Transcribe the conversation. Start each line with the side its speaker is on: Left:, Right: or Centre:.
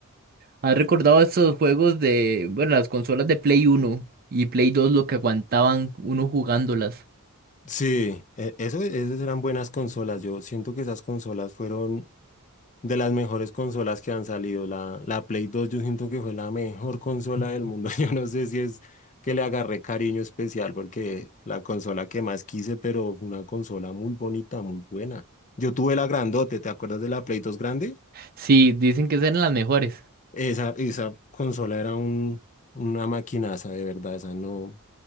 Right: ¿Has recordado esos juegos de, bueno, las consolas de Play Uno y Play 2 lo que aguantaban uno jugándolas?
Left: Sí, e- eso, esas eran buenas consolas. Yo siento que esas consolas fueron De las mejores consolas que han salido, la, la Play 2 yo siento que fue la mejor consola del mundo. <laughs> Yo no sé si es que le agarré cariño especial porque la consola que más quise, pero fue una consola muy bonita, muy buena. Yo tuve la grandote, ¿te acuerdas de la Play 2 grande?
Right: Sí, dicen que esas eran las mejores.
Left: Esa, esa consola era un, una maquinaza, de verdad, esa no.